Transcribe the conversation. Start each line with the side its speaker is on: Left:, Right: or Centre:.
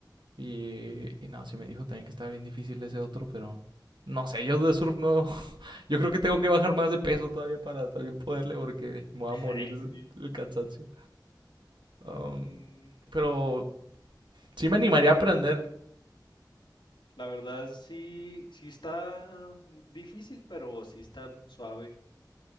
Right: Y, y no, sí me dijo también que estaba bien difícil ese otro, pero no sé, yo de surf no. <laughs> Yo creo que tengo que bajar más de peso todavía para también poderle, porque me voy
Left: <laughs>
Right: a morir
Left: Ay, sí.
Right: del cansancio. Um,
Left: Mm,
Right: pero sí me animaría a aprender.
Left: la verdad, sí, sí está difícil, pero sí está suave,